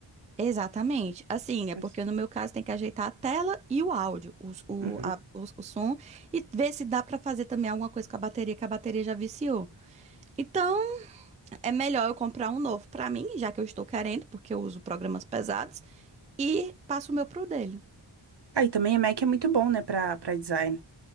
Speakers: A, on the right; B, on the right.
A: Exatamente. Assim, é porque
B: Mas,
A: no meu caso tem que ajeitar a tela e o áudio, os- o,
B: uhum.
A: a- os- o, som, e ver se dá pra fazer também alguma coisa com a bateria, que a bateria já viciou. Então, é melhor eu comprar um novo pra mim, já que eu estou querendo, porque eu uso programas pesados, e passo o meu pro dele.
B: Aí também a Mac é muito bom, né, pra, pra design.